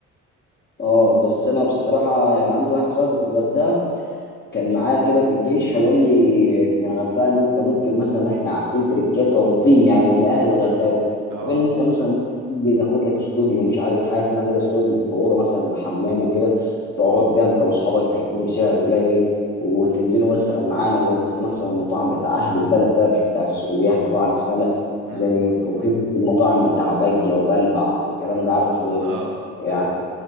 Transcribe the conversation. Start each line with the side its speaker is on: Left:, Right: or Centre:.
Left: اه بس انا بصراحه يعني عندي واحد صاحبي في الغردقه كان معايا كده في الجيش فقال لي من الغردقه ان انت ممكن مثلا احنا عارفين تريكات ومقيم يعني ومن اهل الغردقه
Right: اه
Left: فقال لي انت مثلا ممكن تيجي ناخد لك استوديو مش عارف حاجه اسمها كده استوديو بتبقى اوضه مثلا بحمام وكده تقعد فيها انت واصحابك هيكون بسعر قليل وتنزلوا مثلا معانا ونوديكم مثلا المطاعم بتاع اهل البلد بقى مش بتاع السياح مطاعم السمك
Right: امم
Left: زي وفي برضه المطاعم بتاع بجه وبلبع والكلام ده عارف ال...
Right: اه
Left: يعني